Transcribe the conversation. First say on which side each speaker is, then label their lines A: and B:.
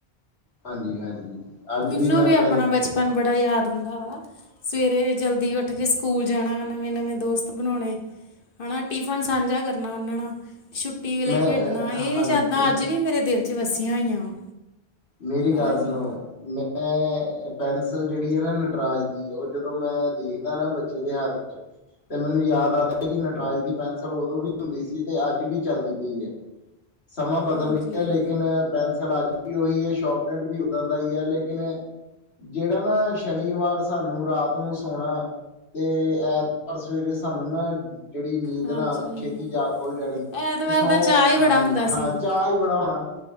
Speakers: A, on the left; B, on the left.
A: ਹਾਂਜੀ ਹਾਂਜੀ, ਅੱਜ
B: ਮੈਨੂੰ
A: ਵੀ ਮੈਂ
B: ਆਪਣਾ
A: ਪਹਿਲ
B: ਬਚਪਨ ਬੜਾ ਯਾਦ ਹੁੰਦਾ ਵਾ, ਸਵੇਰੇ ਜਲਦੀ ਉੱਠ ਕੇ ਸਕੂਲ ਜਾਣਾ ਨਵੇਂ ਨਵੇਂ ਦੋਸਤ ਬਣਾਉਣੇ ਹਨਾ, ਟਿਫਨ ਸਾਂਝਾ ਕਰਨਾ ਉਹਨਾਂ ਨਾਲ ਛੁੱਟੀ ਵੇਲੇ
A: ਮੈਂ
B: ਖੇਡਣਾ, ਇਹ
A: ਹਾਂਜੀ
B: ਯਾਦਾਂ ਅੱਜ ਵੀ ਮੇਰੇ ਦਿਲ 'ਚ ਵੱਸੀਆਂ ਹੋਈਆਂ ਵਾ।
A: ਮੇਰੀ ਗੱਲ
B: ਹਨਾ ਜੀ
A: ਸੁਣੋ, ਹੁਣ ਮੈਂ ਅ ਪੈਨਸਿਲ ਜਿਹੜੀ ਐ ਨਾਂ ਨਟਰਾਜ ਦੀ, ਉਹ ਜਦੋਂ ਮੈਂ ਦੇਖਦਾ ਨਾਂ ਬੱਚੇ ਦੇ ਹੱਥ ਚ' ਤੇ ਮੈਨੂੰ ਯਾਦ ਆਉਂਦਾ ਐ ਕਿ ਨਟਰਾਜ ਦੀ ਪੈਨਸਿਲ ਉਦੋਂ ਵੀ ਹੁੰਦੀ ਸੀ, ਤੇ ਅੱਜ ਵੀ ਚੱਲਦੀ ਪਈ ਏ। ਸਮਾਂ ਬਦਲ
B: ਹਾਂਜੀ
A: ਗਿਆ ਲੇਕਿਨ, ਪੈਨਸਲ ਅੱਜ ਵੀ ਉਹੀ ਐ, ਸ਼ੋਪਨਰ ਵੀ ਉੱਦਾਂ ਦਾ ਈ ਐ ਲੇਕਿਨ ਜਿਹੜਾ ਨਾਂ ਸ਼ਨੀਵਾਰ, ਸਾਨੂੰ ਰਾਤ ਨੂੰ ਸੋਣਾ। ਤੇ ਐਤਵਾਰ ਸਵੇਰੇ ਸਾਨੂੰ ਨਾਂ, ਜਿਹੜੀ ਨੀਂਦ
B: ਹਾਂਜੀ
A: ਨਾਂ ਆਣੀ, ਛੇਤੀ ਜਾਗ ਖੁੱਲ ਜਾਣੀ।
B: ਐਤਵਾਰ
A: ਤੇ ਸੋ,
B: ਦਾ ਚਾਅ ਹੀ ਬੜਾ
A: ਹਾਂਜੀ
B: ਹੁੰਦਾ
A: ਹਾਂ,
B: ਸੀ ਉਦੋਂ
A: ਚਾਅ ਈ ਬੜਾ ਹੋਣਾ।